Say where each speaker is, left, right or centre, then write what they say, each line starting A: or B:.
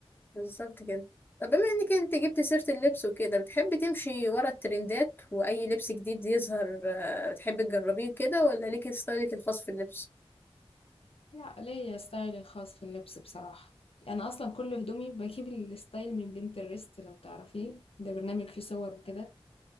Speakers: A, on the left (about 20°); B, on the left (about 70°).
A: بالظبط كده طب بما إنك أنت جبت سيرة اللبس وكده بتحبي تمشي ورا الترندات وأي لبس جديد يظهر أه بتحبي تجربيه كده ولا ليكي ستايلك الخاص في اللبس؟
B: لا ليا ستايلي الخاص في اللبس بصراحة أنا أصلا كل هدومي بجيب الستايل من بنترست لو تعرفيه ده برنامج فيه صور وكده